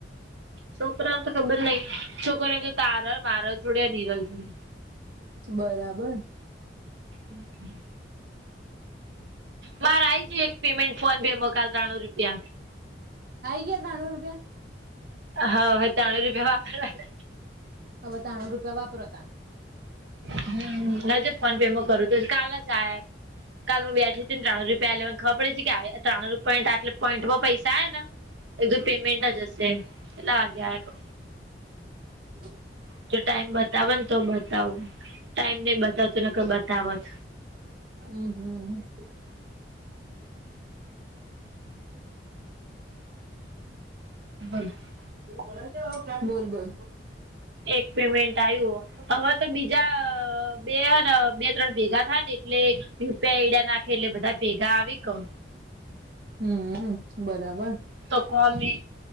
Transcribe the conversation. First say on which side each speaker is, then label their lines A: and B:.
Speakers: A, on the right; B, on the right.
A: છોકરાને તો ખબર નહીં છોકરી ઓને તો તારે મારે જોડે નીરલ જોડે.
B: બરાબર.
A: હમ્મ, હમ્મ. મારે આઈજ એક પેમેન્ટ ફોન પે માં કાલ ત્રાણું રૂપિયા.
B: આઈ ગયા ત્રાણું રૂપિયા.
A: હ હવે ત્રાનું રૂપિયા વાપરા આલે.
B: હવે ત્રાણું રૂપિયા વાપરો ત
A: હમ્મ, નજો ફોન પે માં કરું તો કાલ જ આયા. કાલ મુ બેઠી તીન ત્રણ અજી પેલ <unintelligible> ખબરે પડે છે કે આ ત્રાણું રૂપિયા પોઈન્ટ આટલે પોઈન્ટમાં પૈસા આએ ના એધું પેમેન્ટ જ હશે. એટલા વાગ્યા આયા તો
B: <inaudible>
A: તો ટાઈમ બતાવ ન તો બતાવ ટાઈમ ની બતાવતો નકર બતાવત.
B: હમ હમ.
A: <inaudible>
B: <unintelligible> બોલ બોલ
A: એક પેમેન્ટ આવ્યું હવે
B: <unintelligible>
A: તો બીજા બે હન બે-ત્રણ ભેગા થાયને એટલે ઈસ્ટા એઈડા ના ખી લે બધા ભેગા આવી કવ.
B: હમ, બરાબર.
A: તો કોમે